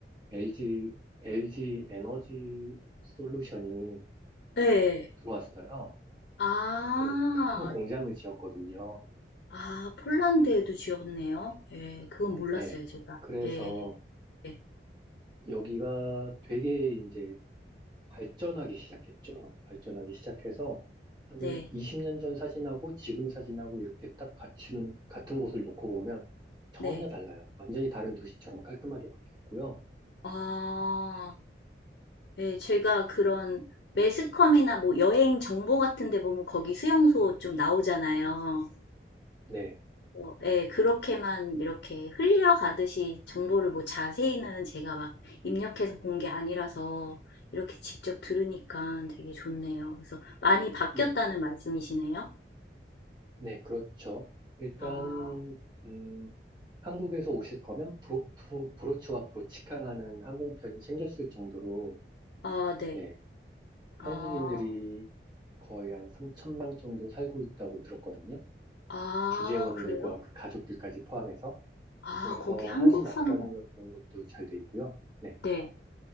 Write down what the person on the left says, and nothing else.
네.
아,
아, 폴란드에도 지었네요. 예, 그건 몰랐어요,
제가.
예, 예,
네,
네.
아, 예, 제가 그런 매스컴이나 뭐 여행 정보 같은 데 보면 거기 수용소 좀 나오잖아요.
어, 예, 그렇게만 이렇게 흘려가듯이 정보를 뭐 자세히는 제가 막 입력해서 본 게 아니라서 이렇게 직접 들으니까 되게 좋네요. 그래서 많이 바뀌었다는
말씀이시네요.
아,
아, 네.
아,
아
그래요?
아
거기 한국
사람
네.